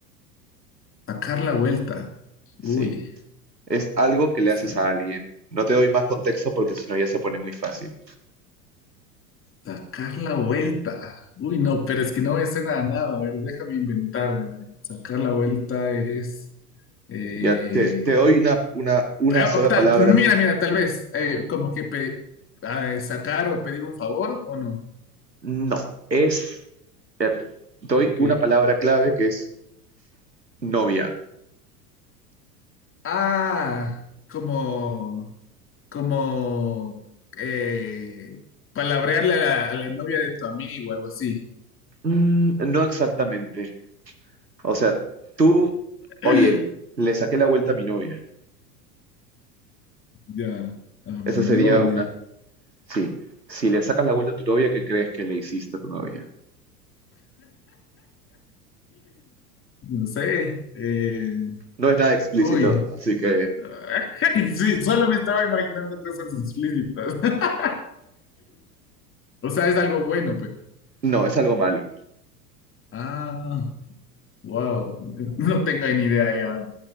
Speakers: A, on the left; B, on the right.
A: Sacar la vuelta. Uy,
B: Sí, es algo que le
A: sa-
B: haces a alguien. No te doy más contexto porque si no ya se pone muy fácil.
A: sacar la vuelta. Uy, no, pero es que no me suena a nada. A ver, déjame inventarme. A ver, Sacar la vuelta es... eh,
B: Ya, te, te doy una, una, una
A: ah,
B: sola
A: ah, tal-
B: palabra.
A: mira, mira, tal vez. eh, como que pe- ah, eh, sacar o pedir un favor o no.
B: No, es, espérate, te doy
A: ¿Qué?
B: una palabra clave que es novia.
A: Ah, como... Como... eh, palabrearle a la, a la novia de tu amigo, algo así.
B: Mm, no exactamente. O sea, tú,
A: <laughs>
B: oye, le saqué la vuelta a mi novia.
A: Ya, a mi
B: Esa sería
A: novia.
B: una, sí. Si le sacas la vuelta a tu novia, ¿qué crees que le hiciste a tu novia?
A: No sé. eh,
B: No es nada explícito,
A: uy.
B: así que
A: <laughs> Sí, solo me estaba imaginando cosas explícitas. <laughs> O sea, es algo bueno, pues.
B: no, es algo malo.
A: Ah, wow. No tengo ni idea ya.